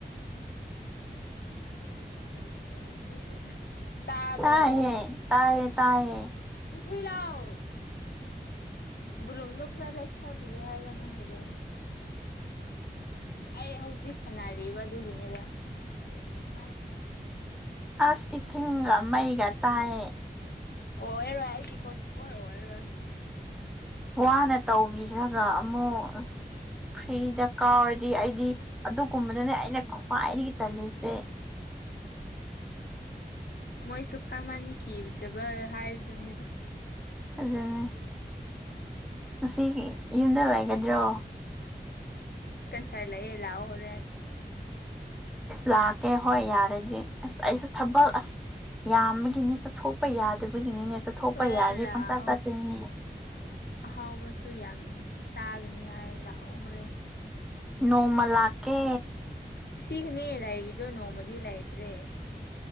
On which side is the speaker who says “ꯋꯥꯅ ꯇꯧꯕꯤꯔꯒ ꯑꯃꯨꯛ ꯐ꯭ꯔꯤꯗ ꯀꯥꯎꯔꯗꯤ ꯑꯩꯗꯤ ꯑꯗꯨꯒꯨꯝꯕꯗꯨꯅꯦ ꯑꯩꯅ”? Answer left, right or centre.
Centre